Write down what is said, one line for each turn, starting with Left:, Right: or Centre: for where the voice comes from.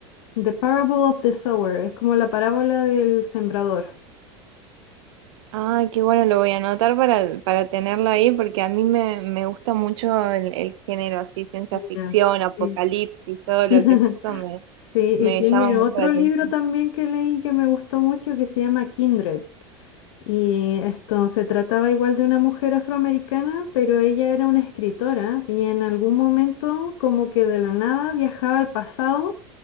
Left: The Parable of the Sower, es como la parábola del sembrador.
Right: Ah, qué bueno, lo voy a anotar para, para tenerlo ahí, porque a mí me, me gusta mucho el, el género así, ciencia
Left: Ya,
Right: ficción, apocalipsis,
Left: sí.
Right: todo lo
Left: <laughs>
Right: que es eso me,
Left: Sí,
Right: me
Left: y tiene
Right: llama mucho
Left: otro
Right: la atención.
Left: libro también que leí que me gustó mucho que se llama Kindred. Y esto se trataba igual de una mujer afroamericana, pero ella era una escritora y en algún momento como que de la nada viajaba al pasado